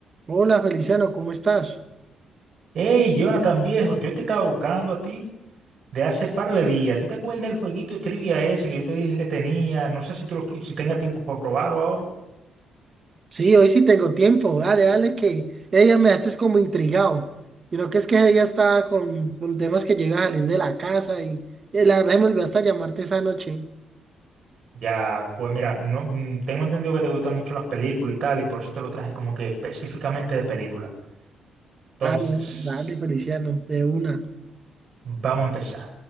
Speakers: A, on the right; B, on the right.
A: Hola Feliciano, ¿cómo estás?
B: Hey, Jonathan viejo, yo te estaba buscando a ti de hace par de días. ¿Tú te acuerdas del jueguito de trivia ese que yo te dije que tenía? No sé si tú lo qui- si tengas tiempo para probarlo ahora.
A: Sí, hoy sí tengo tiempo. Dale, dale, que ella me haces como intrigado. Y lo que es que ella estaba con, con temas que llega a salir de la casa y, y la verdad se me olvidó hasta llamarte esa noche.
B: Ya, pues mira, no mm, tengo entendido que te gustan mucho las películas y tal, y por eso te lo traje como que específicamente de película. Entonces,
A: Ah, no, dale, Feliciano, de una.
B: vamos a empezar.